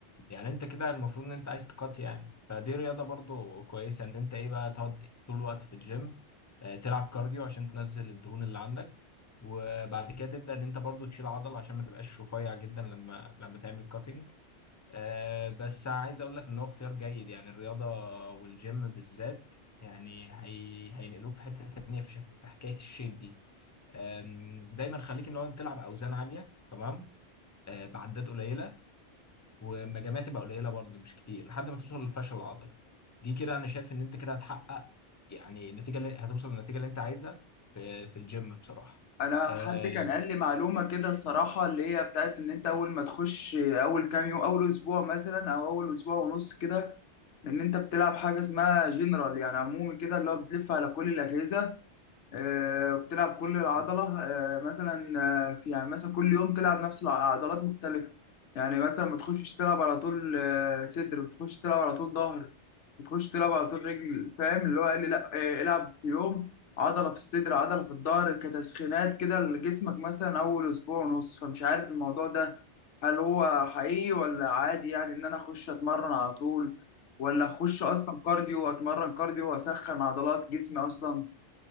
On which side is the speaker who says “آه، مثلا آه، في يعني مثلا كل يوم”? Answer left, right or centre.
Left